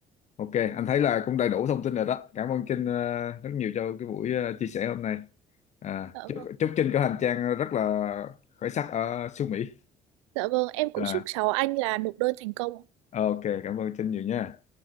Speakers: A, on the left; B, on the right.
A: ok anh thấy là cũng đầy đủ thông tin rồi đó cảm ơn Trinh ờ, rất nhiều cho cái buổi ờ, chia sẻ hôm nay à,
B: dạ
A: chúc
B: vâng
A: chúc Trinh có hành trang rất là khởi sắc ở xứ Mỹ
B: dạ vâng em cũng
A: à,
B: chúc cháu anh là nộp đơn thành công ạ
A: ok cảm ơn Trinh nhiều nha